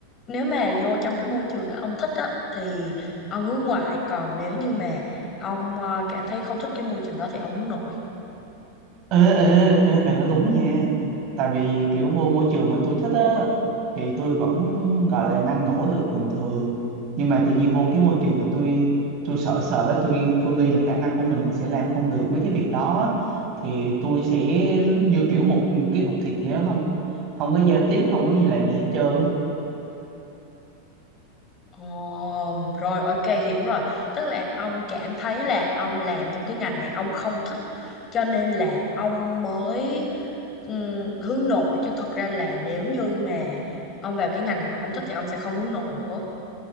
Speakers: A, on the left (about 30°); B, on the right (about 40°).
A: nếu mà vô trong cái môi trường đó ông thích á thì ông hướng ngoại, còn nếu như mà ông ờ, cảm thấy không thích cái môi trường đó thì ông hướng nội.
B: ê ê ê bà nói đúng nha tại vì kiểu vô môi trường mà tôi thích á thì tôi vẫn gọi là năng nổ được bình thường nhưng mà tự nhiên vô cái môi trường mà tôi tôi sợ sợ đó tôi tôi nghĩ là khả năng của mình sẽ làm không được mấy cái việc đó á. thì tôi sẽ như kiểu một cái cục thịt vậy đó không không có giao tiếp không có gì làm gì hết trơn á
A: Ồ, rồi ok hiểu rồi. Tức là ông cảm thấy là ông làm trong cái ngành này ông không thích cho nên là ông mới ừm, hướng nội chứ thực ra là nếu như mà ông vào cái ngành này mà ông thích thì ông sẽ không hướng nội nữa,